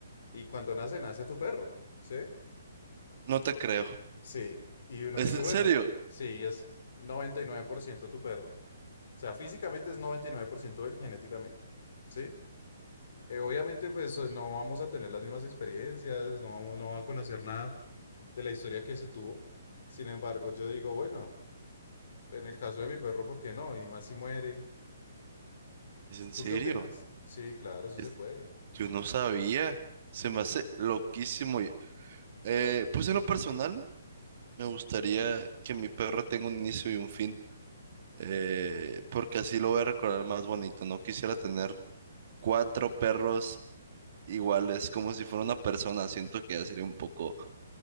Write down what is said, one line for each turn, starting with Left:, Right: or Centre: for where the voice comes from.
Left: Y cuando nace, nace tu perro, ¿sí?
Right: No te creo.
Left: Sí, y uno
Right: ¿Es
Left: dice,
Right: en
Left: bueno,
Right: serio?
Left: sí, es 99% tu perro. O sea, físicamente es 99% él genéticamente, ¿sí? Eh, obviamente, pues o- no vamos a tener las mismas experiencias, no vamos, no va a conocer nada de la historia que se tuvo. Sin embargo, yo digo, bueno, en el caso de mi perro, ¿por qué no? Y más si muere.
Right: ¿Es en
Left: ¿Tú
Right: serio?
Left: qué opinas? Sí, claro, eso
Right: Es-
Left: se puede.
Right: yo no sabía. Se me hace loquísimo. Y- eh, pues en lo personal, me gustaría que mi perro tenga un inicio y un fin, eh, porque así lo voy a recordar más bonito. No quisiera tener cuatro perros iguales, como si fuera una persona. Siento que ya sería un poco,